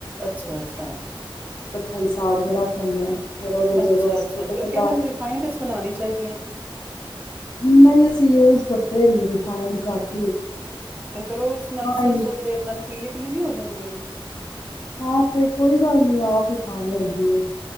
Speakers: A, on the right; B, on the left.
A: ਅੱਛਾ ਅੱਛਾ।
B: ਰਾਈ ਸਾੜ ਕੇ ਰੱਖ ਲੈਂਦੇ ਹਾਂ। ਫਿਰ ਉਹਦੇ
A: ਅੱਛਾ
B: ਚ ਬਸ
A: ਅੱਛਾ
B: ਸੁੱਟ
A: ਅਤੇ
B: ਦਿੱਤਾ
A: ਕਹਿੰਦੇ ਨੇ ਰਿਫਾਈੰਡਸ ਬਣਾਉਣੀ ਚਾਹੀਦੀਆਂ।
B: ਨਹੀਂ ਅਸੀਂ ਉਹ ਤਦੇ ਨੀ ਰਿਫਾਇੰਡ ਕਟ
A: ਤੇ ਫੇਰ ਉਹ ਉਸ ਨਾਲ ਸਰਸੋਂ
B: ਹੀ
A: ਤੇਲ ਨਾਲ ਪੀਲੀ ਪੀਲੀ ਨੀ ਹੋ ਜਾਂਦੀ ਆ।
B: ਹਾਂ ਤੇ ਕੋਈ ਗੱਲ ਨੀ ਆਪ ਹੀ ਖਾਣੀ ਹੁੰਦੀ ਏ।